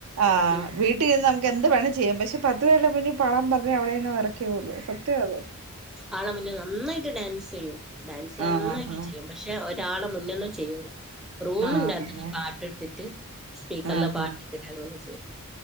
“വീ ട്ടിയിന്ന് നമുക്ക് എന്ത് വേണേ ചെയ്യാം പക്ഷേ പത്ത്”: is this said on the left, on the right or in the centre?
Right